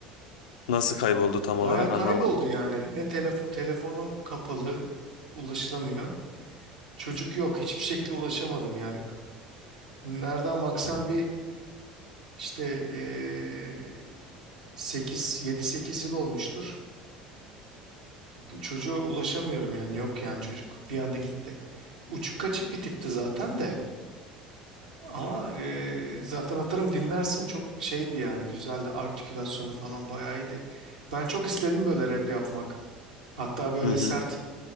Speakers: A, on the left; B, on the right.
A: Nasıl kayboldu tam
B: Baya
A: olarak
B: kayboldu
A: anlamadım.
B: yani. Ne telefon telefonu kapalı ulaşılamıyor. Çocuk yok. Hiçbir şekilde ulaşamadım yani. Nereden baksan bir işte eee 8 7-8 yıl olmuştur. Bu çocuğa ulaşamıyorum yani yok yani çocuk. Bir anda gitti. Uçuk kaçık bir tipti zaten de. Ama e, zaten atarım dinlersin çok şeydi yani güzeldi artikülasyonu falan bayağı iyiydi. Ben çok istedim böyle rap yapmak. Hatta böyle
A: Hı hı.
B: sert